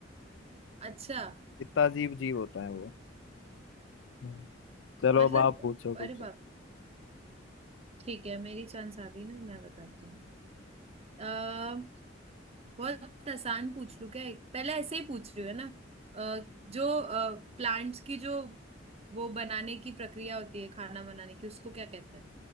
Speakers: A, on the right; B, on the left.
A: अच्छा
B: इतना अजीब जीव होता है वो चलो
A: मतलब
B: अब आप पूछो कुछ
A: अरे बाप ठीक है मेरी चांस आ गई ना मैं बताती हूँ अ, बहुत आसान पूछ लूं क्या एक पहले ऐसे ही पूछ रही हूँ है ना अ, जो प्लांट्स की जो वो बनाने की प्रक्रिया होती है खाना बनाने की उसको क्या कहते हैं